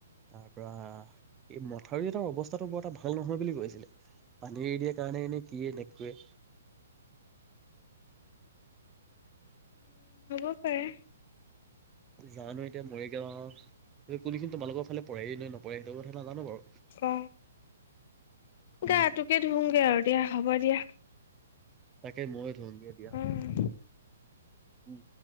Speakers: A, on the right; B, on the left.
A: তাৰ পৰা এই মথাউৰি এটাৰ অৱস্থাতটো বৰ এটা ভাল নহয় বুলি কৈছিলে, পানী এৰি দিয়া কাৰণে। মানে এনেই কিয়ে নেপকুৱে
B: উম হ'ব পাৰে।
A: জানো এতিয়া মৰিগাঁও কোনোখিনি তোমা লোকৰ ফালে পৰে নপৰে সেইটো কথা নাজানো বৰু।
B: অ
A: উম
B: গা তোকে ধুমগে আৰু দিয়া, হ'ব দিয়া।
A: তাকে মই ধুমগে
B: উম।
A: দিয়া হ উম।